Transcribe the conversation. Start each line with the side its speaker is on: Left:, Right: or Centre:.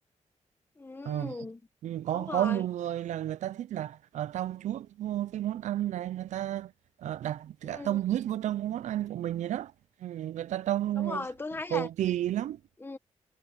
Left: ừ
Right: Ờ, ừ, có
Left: đúng rồi
Right: có nhiều người là người ta thích là ờ, trau chuốt vô cái món ăn này, người ta ờ, đặt cả
Left: ừ
Right: tâm huyết vô trong cái món ăn của mình vậy đó. Ừ, người ta trông
Left: đúng rồi tôi thấy
Right: cầu
Left: là
Right: kỳ lắm.
Left: ừ